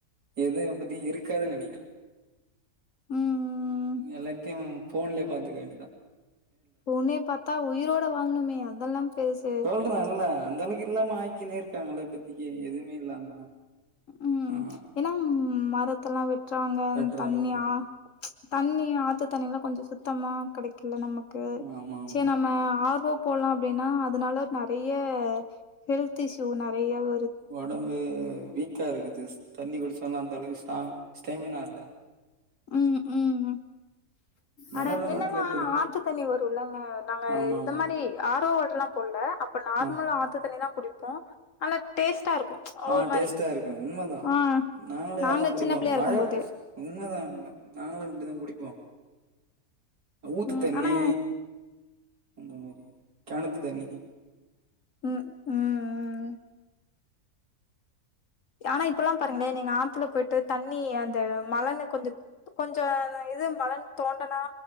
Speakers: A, on the right; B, on the left.
A: எதுவு இபத்தி இருக்காதுன் நெனைக்கிறே
B: ம்
A: எல்லாத்தையு போன்லயே பாத்துக்க வேண்டிதா
B: உன்னய பாத்தா உயிரோட வாழ்னுமே அதல்லா பேசு
A: த்தறோ இல்ல அந்த அளவுக்கு இல்லாம ஆக்கின்னே இருக்காங்கள்ள இப்பத்திக்கு எதுமே இல்லாம
B: ம்
A: ஆ
B: ஏனா மரத்தல்லா வெட்றாங்க
A: வெட்றாங்க.
B: தண்ணி ஆ தண்ணி ஆத்து தண்ணில்லா கொஞ்சோ சுத்தமா கிடைக்கல நமக்கு கு
A: ஆமா ஆமா.
B: ச்சே நம்ம ஆர் ஓ போலா அப்டின்னா அதுனால நெறைய ஹெல்த் இஸ்யூ நெறைய வ
A: ஒடம்பு வீக்கா இருக்குது தண்ணி குடுச்சாலு அந்த அளவுக்கு ஸ்ராங் ஸ்டேமினா இல்ல
B: ம் ம்
A: மினரல்
B: அட என்னனா
A: வாட்டர்ல குடி
B: ஆத்து தண்ணி வரு இல்லங்க நாங்க
A: ஆமாமா.
B: இந்த மாரி ஆர் ஓ வாட்டர்லா போடல இப்ப நார்மலா
A: ஆ.
B: ஆத்து தண்ணி தா குடிப்போ நல்லா டேஸ்ட்டா இருக்கு
A: ஆ
B: ஒரு
A: டேஸ்ட்டா
B: மாரி
A: இருக்கு உண்மதா
B: ஆ
A: நாங்களே
B: நாங்க
A: அதா குடிப்போ
B: சின்ன பிள்ளையா
A: மழ
B: இருக்கும் போது
A: உண்மதாங்க நாங்களு இப்டிதா குடிப்போ ஊத்து
B: ம்
A: தண்ணி
B: ஆனா
A: அந்த மாரி கெனத்து தண்ணி
B: ம் ம் ம் ம் ஆனா இப்பல்லா பாருங்களே நீங்க ஆத்துல போயிட்டு தண்ணி அந்த மலன்னு கொஞ்சோ கொஞ்சோ அந்த இது மணலு தோண்டுனா